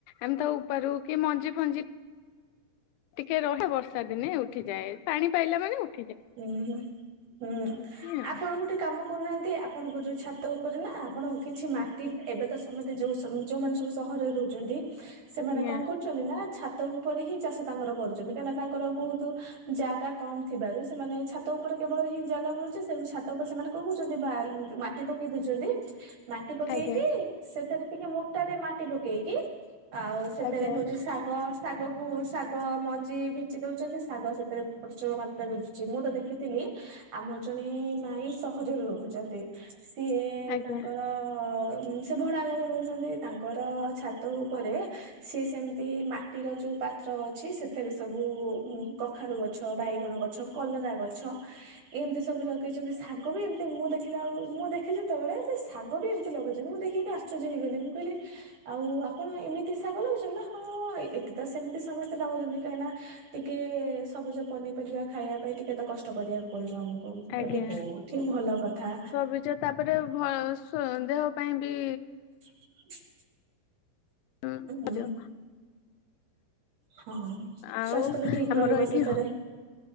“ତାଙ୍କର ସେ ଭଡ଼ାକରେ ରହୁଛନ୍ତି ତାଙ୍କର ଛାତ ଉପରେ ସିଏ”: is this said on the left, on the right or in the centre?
Right